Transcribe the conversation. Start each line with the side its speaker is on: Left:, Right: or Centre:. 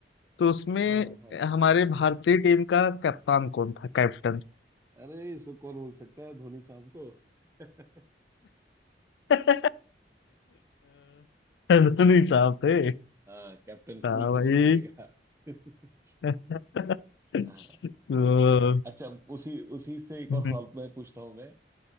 Left: तो उसमें
Right: हाँ हाँ हाँ
Left: हमारे भारतीय टीम का कप्तान कौन था कैप्टन
Right: अरे इसको कौन भूल सकता है धोनी साहब को <laughs>
Left: <laughs> अ, धोनी
Right: हाँ
Left: साहब थे
Right: हाँ, कैप्टन
Left: हाँ
Right: कूल को
Left: भाई
Right: कौन भूलेगा <laughs>
Left: <laughs>
Right: हाँ
Left: तो
Right: अच्छा उसी उसी से एक
Left: भाई,
Right: और सवाल मैं पूछता हूँ मैं